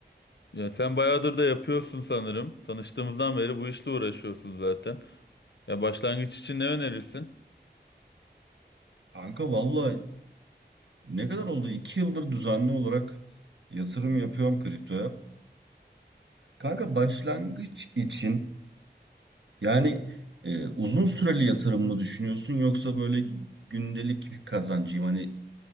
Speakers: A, on the left; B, on the right.
A: Ya sen bayağıdır da yapıyorsun sanırım. Tanıştığımızdan beri bu işle uğraşıyorsun zaten. Ya başlangıç için ne önerirsin?
B: Kanka valla ne kadar oldu? İki yıldır düzenli olarak yatırım yapıyorum kriptoya. Kanka başlangıç için yani e, uzun süreli yatırım mı düşünüyorsun yoksa böyle gündelik bir kazancıyım hani